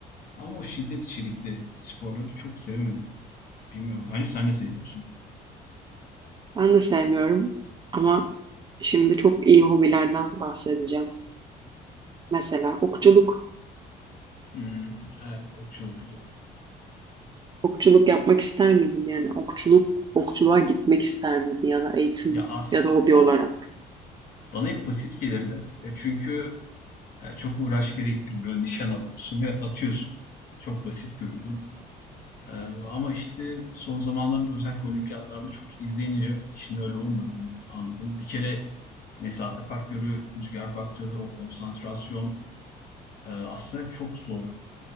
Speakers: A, on the left; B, on the right.
A: Ama o şiddet içerikli sporları çok sevemedim. Bilmiyorum. Bence sen de seviyorsun?
B: Ben de sevmiyorum ama şimdi çok iyi hobilerden bahsedeceğim. Mesela okçuluk.
A: Hmm, evet okçuluk güzel.
B: Okçuluk yapmak ister miydin? Yani okçuluk, okçuluğa gitmek ister miydin ya da eğitim
A: Ya aslında
B: ya da hobi olarak?
A: Bana hep basit gelirdi. Ya çünkü yani çok uğraş gerektirmiyor. Nişan alıyorsun ve atıyorsun. Çok basit görüyordum. Ee, ama işte son zamanlarda özellikle olimpiyatlarda çok izleniliyor. İşin öyle olmadığını anladım. Bir kere mesafe faktörü, rüzgar faktörü, o konsantrasyon e, aslında çok zor.